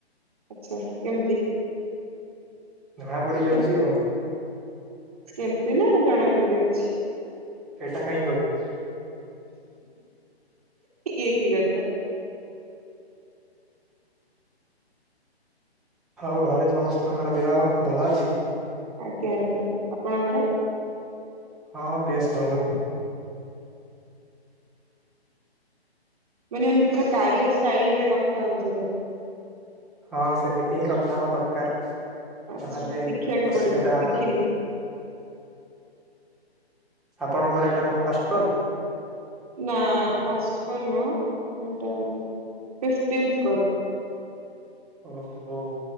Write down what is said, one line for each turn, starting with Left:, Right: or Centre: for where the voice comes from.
Right: ଆଚ୍ଛା କେମିତି?
Centre: ଜଣା ପଡି ଯାଉଛି ଆଉ।
Right: କେମିତି ନା ଜଣା ପଡି ଯାଉଛି?
Centre: ସେଇଟା କାହିଁ କହିବି?
Right: ଏ କି କଥା?
Centre: ଆଉ ଘରେ ସମସ୍ତେ ତାଙ୍କର ଦେହ ଭଲ ଅଛି?
Right: ଆଜ୍ଞା ଆଜ୍ଞା ଆପଣଙ୍କର।
Centre: ହଁ ବେଶ ଭଲ।
Right: ମାନେ ଏମିତି ପୁରା କାରିୟର ଷ୍ଟାଇଲରେ କଥା ହଉଚ ପୁରା।
Centre: ହଁ ସେମିତି ହିଁ କଥା ହବା ଦରକାର।
Right: ଆଚ୍ଛା
Centre: ନହେଲେ
Right: ଶିଖିବାକୁ
Centre: ଅସୁବିଧା
Right: ପଡିବ ଶିଖିଲି।
Centre: ହବ। ଆପଣଙ୍କର ଏଇଟା କଣ ଫାଷ୍ଟ କଲ୍।
Right: ନା ଫାଷ୍ଟ୍ କଲ୍ ନୁହଁ। ମୋର ଏଇଟା ଫିଫଟନ୍ଥ କଲ୍।
Centre: ଓହୋ।